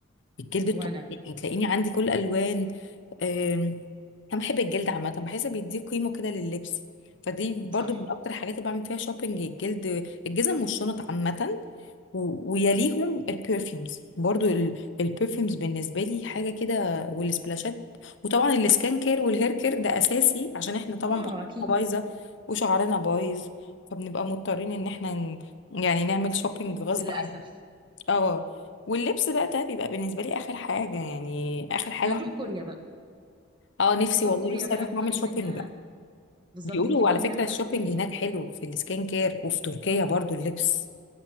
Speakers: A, on the left (about 65°); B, on the right (about 25°).
A: الجلد الطبيعي
B: وانا
A: هتلاقيني عندي كل الالوان أم، انا بحب الجلد عامه بحس بيديه قيمه كده لللبس فدي برضو
B: صح
A: من اكتر الحاجات اللي بعمل فيها شوبينج الجلد الجزم والشنط عامه و- ويليهم البرفيومز برضو ال- البرفيومز بالنسبه لي حاجه كده والسبلاشات وطبعا السكان كير والهير كير ده اساسي عشان احنا طبعا
B: اه
A: بشرتنا
B: اكيد
A: بايظه وشعرنا بايظ فبنبقى مضطرين ان احنا ن- يعني نعمل شوبينج غصب
B: للاسف
A: عننا اه واللبس بقى ده بيبقى بالنسبه لي اخر حاجه يعني اخر حاجه
B: إحنا هنروح كوريا بقى
A: اه نفسي
B: نروح
A: والله
B: كوريا
A: لسه
B: بقى
A: اروح
B: نجيب
A: اعمل شوبينج
B: منها
A: بقى
B: بالظبط
A: بيقولوا
B: نجيب
A: على
B: منها
A: فكره
B: بقى
A: الشوبينج
B: سكين كير
A: هناك حلو في السكين كير وفي تركيا برضو اللبس